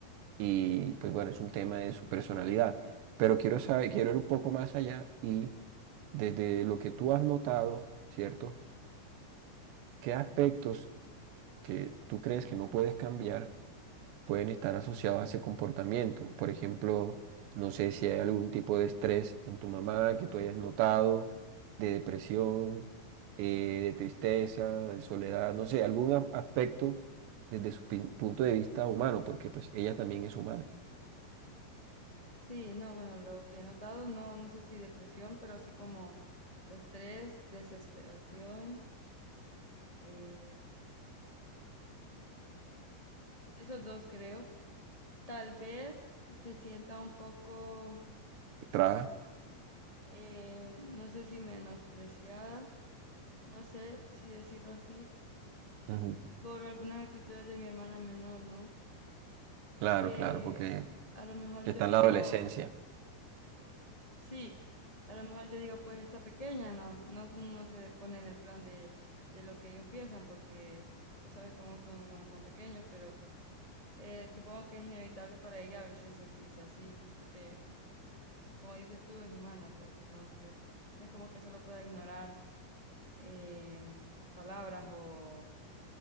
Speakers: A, on the right; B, on the left.
A: y pues bueno, es un tema de su personalidad, pero quiero saber, quiero ir un poco más allá y desde lo que tú has notado, ¿cierto? ¿Qué aspectos que tú crees que no puedes cambiar? pueden estar asociados a ese comportamiento. Por ejemplo, no sé si hay algún tipo de estrés en tu mamá que tú hayas notado, de depresión, eh, de tristeza, de soledad, no sé, algún a- aspecto desde su pin- punto de vista humano, porque pues ella también es humana.
B: sí, no, bueno, lo que he notado, no, no sé si depresión, pero sí como estrés, desesperación, eh, esos dos creo. Tal vez se sienta un poco,
A: Tra-
B: eh, no sé si menospreciada, no sé si decirlo así,
A: Ujú.
B: por algunas actitudes de mi hermana menor, ¿no?
A: Claro,
B: Que
A: claro, porque
B: a lo mejor
A: está
B: yo
A: en
B: digo...
A: la adolescencia,
B: Sí, a lo mejor yo digo, pues esta pequeña no, no, no se pone en el plan de, de lo que ellos piensan, porque tú sabes cómo son cuando son pequeños, pero eh, supongo que es inevitable para ella a veces sentirse así, porque como dices tú, es humana, pues entonces no es como que solo pueda ignorar em, palabras o,